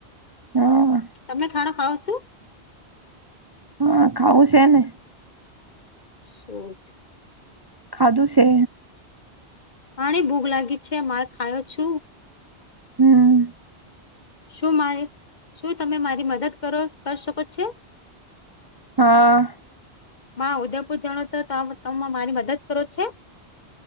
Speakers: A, on the right; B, on the left.
A: હા
B: તમે ખાણો ખાવુ છો?
A: હા ખાવું છે ને.
B: શૂઝ
A: ખાધું છે.
B: હની ભૂગ લાગી છે મારે ખાયો છું.
A: હમ્મ.
B: શું મારી, શું તમે મારી મદદ કરો કરી શકો છો?
A: હા.
B: મા ઉદયપુર જાણો તો તમે મારી મદદ કરો છો?